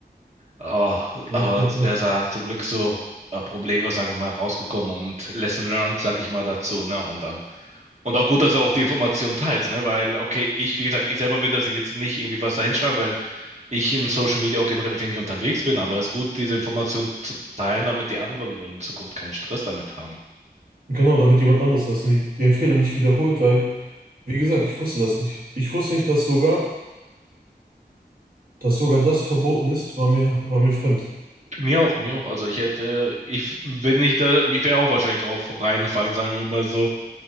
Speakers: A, on the right (about 40°); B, on the right (about 60°).
A: Oh,
B: ja,
A: aber
B: ja, ja.
A: er sah zum Glück so äh, problemlos, sag ich mal, rausgekommen und Lesson learned, sag ich mal, dazu, ne? Und dann. Und auch gut, dass er auch die Information teilt, ne? Weil, okay, ich, wie gesagt, ich selber würde das jetzt nicht irgendwie was da hinschreiben, weil ich in Social Media auch generell wenig unterwegs bin, aber es ist gut, diese Information zu teilen, damit die anderen in Zukunft keinen Stress damit haben.
B: Genau, damit jemand anderes das nicht, den Fehler nicht wiederholt, weil, wie gesagt, ich wusste das nicht. Ich wusste nicht, dass sogar, dass sogar das verboten ist, war mir, war mir fremd.
A: Mir auch, mir auch. Also ich hätte, ich, wenn ich da, ich wäre auch wahrscheinlich drauf reinfallen, sagen wir mal so.